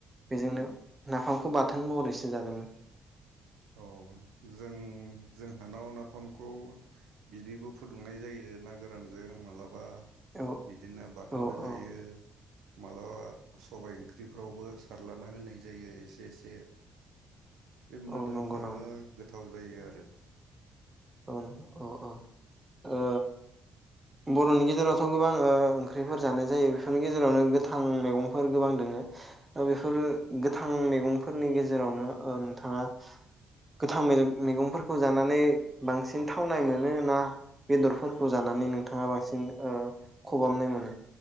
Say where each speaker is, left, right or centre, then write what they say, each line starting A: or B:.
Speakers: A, on the right; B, on the right.
A: बेजोंनो ना नाफामखौ बाथोन महरैसो जादोंमोन।
B: औ जों जोंहानाव नाफामखौ बिदैबो फुदुंनाय जायो ना गोरानजों माब्लाबा
A: औ
B: बिदिनो बाथोनबो
A: औ
B: जायो
A: औ
B: मालाबा सबाय ओंख्रिफ्रावबो सारलाना होनाय जायो एसे एसे बे मोदोम
A: औ नंगौ
B: खांयो
A: नामा
B: गोथाव जायो आरो। रो
A: उ अ अ ओ बर'नि गेजेरावथ' गोबां ओ ओंख्रिफोर जानाय जायो बेफोरनि गेजेरावनो गोथां मैगंफोर गोबां दोङो बेफोर गोथां मैगंफोरनि गेजेरावनो ओ नोंथाङा गोथां मे-मैगंफोरखौ जानानै बांसिन थावनाय मोनो ना बेदरफोरखौ जानानै नोंथाङा बांसिन ओ खबामनाय मोनो?